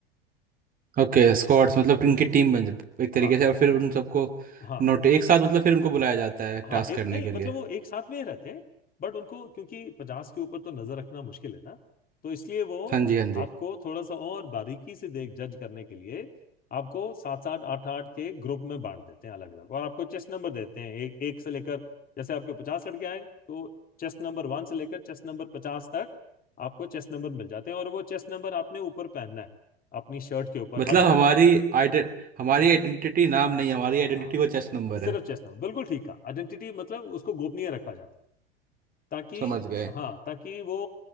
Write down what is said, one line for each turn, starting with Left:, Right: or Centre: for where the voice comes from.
Right: ओके स्क्वाड्स मतलब इनकी टीम बन एक
Left: है
Right: तरीके
Left: हाँ
Right: से और फिर उन सबको
Left: हाँ
Right: नोट एक साथ मतलब फिर उनको बुलाया जाता है
Left: हाँ
Right: टास्क
Left: एक
Right: करने
Left: नहीं
Right: के
Left: मतलब
Right: लिए
Left: वो एक साथ में ही रहते हैं बट उनको क्योंकि पचास के ऊपर तो नजर रखना मुश्किल है ना तो इसलिए वो
Right: हाँ जी हाँ जी
Left: आपको थोड़ा सा और बारीकी से देख जज करने के लिए आपको सात सात आठ आठ के ग्रुप में बांट देते हैं अलग अलग और आपको चेस्ट नंबर देते हैं एक एक से लेकर जैसे आपके पचास लड़के आए तो चेस्ट नंबर वन से लेकर चेस्ट नंबर पचास तक आपको चेस्ट नंबर मिल जाते हैं और वो चेस्ट नंबर आपने ऊपर पहनना है अपनी शर्ट के ऊपर
Right: मतलब
Left: हरदम
Right: हमारी आइडे हमारी आइडेंटिटी नाम नहीं है, हमारी आइडेंटिटी
Left: हाँ
Right: वो चेस्ट नंबर
Left: सिर्फ
Right: है
Left: चेस्ट नंबर बिल्कुल ठीक है आइडेंटिटी मतलब उसको गोपनीय रखा जाता है ताकि
Right: समझ गए
Left: हाँ ताकि वो